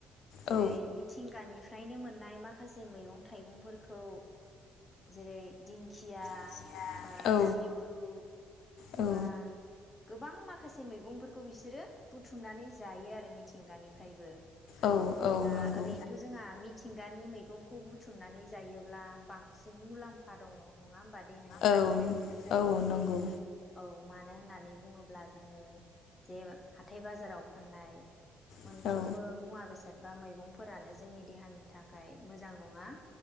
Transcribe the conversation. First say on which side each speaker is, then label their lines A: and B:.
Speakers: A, on the left; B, on the left.
A: जेरै
B: औ
A: मिथिंगानिफ्राय फ्रायनो मोननाय माखासे मैगं थाइगंफोरखौ जेरै दिंखिया
B: औ
A: बा
B: औ
A: सिब्रु
B: जायो
A: बा गोबां माखासे मैगंफोरखौ बिसोरो बुथुमनानै जायो आरो। मिथिंगानिफ्रायबो
B: औ औ
A: दा
B: नंगौ
A: ओरैनोथ जोंहा मिथिं गानि मैगंखौ बुथुमनानै जायोब्ला बांसिन मुलाम्फा दङ नङा होमबा। देहानि
B: औ
A: थाखाय
B: औ नंगौ।
A: औ मानो होननानै बुङोब्ला जोङो जे हाथाय बाजाराव फाननाय मोनफ्रोमबो
B: औ
A: मुवा बेसाद बा मैगं फोरानो जोंनि देहानि थाखाय मोजां नङा।